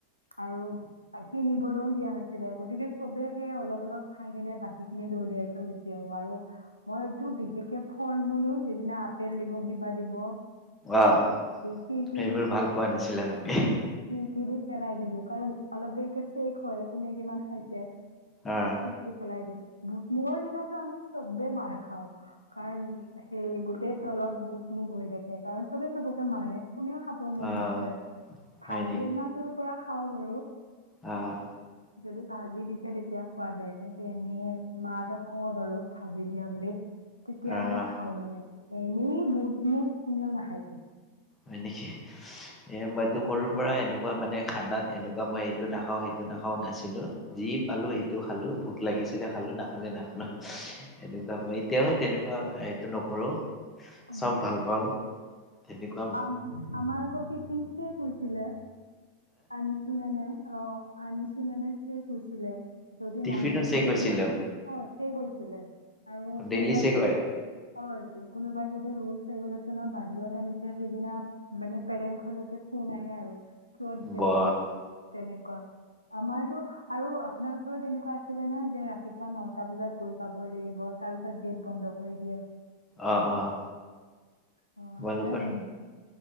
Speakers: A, on the left; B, on the left.
A: আৰু কিনবলৈও দিয়া নাছিলে গতিকে চবে সেই অলপ অলপ খাই কিনে বাকী খিনি দলিয়াই থৈ গুচি আহো আৰু মই এইটো বিশেষকে- ফল-মূলো যিদিনা আপেল দিব কিবা দিব।
B: অ',
A: খিৰকীত
B: সেইবোৰ ভাল পোৱা নাছিলা তুমি?
A: খিৰকীত দি পেলাই দিলোঁ। কাৰণ অলপ দেৰিকে চেক হয় কোনে কিমান খাইছে।
B: অ',
A: খিৰকী দি পেলাই দিওঁ। বুটমুগৰ দিনাতো আমি চবে মাৰ খাওঁ। হয় নি সেই গোটেই তলত বুট মুগ হৈ থাকে কাৰণ চবে চবকে মাৰে। কোনেও খাব মন
B: অ',
A: নকৰে
B: হয়
A: ভাজি অনাটোৰ পৰা খাওঁ বাৰু
B: আহ্
A: যদি ভাজি দিছে তেতিয়া খোৱা যায় কিন্তু এনে মা হতক কওঁ বাৰু ভাজি দিয়া বুলি। তেতিয়াহে
B: অ',
A: খাওঁ মানে এনেই বুটমুগ কোনেও নাখায় চবে
B: হয় নেকি এ মইটো সৰু পৰা এনেকুৱা মানে খানাত এনেকুৱা মই এইটো নাখাও সেইটো নাখাও নাছিলো। যি পালো সেইটো খা- খালো ভোক লাগিছে দে খালো নাখালে নাখাও, এনেকুৱা মই এতিয়াও তেনেকুৱা এইটো নকৰো।
A: উম
B: চব ভাল পাওঁ। তেনেকু
A: আম আমাৰ আকৌ টিফিন চেক কৈছিলে আনিছোঁ নে নাই? অ আনিছো নে নাই চেক কৰি কৈছিলে। যদি
B: টিফিনো
A: নানো
B: চেক
A: কিছুদিনা
B: হৈছিলো
A: অ। সেই কৰিছিলে। আৰু
B: ডেইলি
A: কোনোবাই
B: চেক
A: যদি। হয়, কোনোবাই যদি ৰুলচ ৰেগুলেশ্যনৰ বাহিৰত। তাৰ মানে সেইদিনা মানে পেৰেন্টচলৈকে ফোন আহে আৰু। কিয় দিছে
B: বাহ
A: বুলি তেনেকুৱা, আমাৰো। আৰু আপোনালোকৰো তেনেকুৱা আছিলে নে যে ৰাতিপুৱা নটা বজাত গৈ পাব লাগিব। তাৰপিছত গেট বন্ধ কৰি দিয়ে।
B: অ', অ',
A: অ
B: তোমালোকৰ,
A: আমাৰো তেনেকুৱা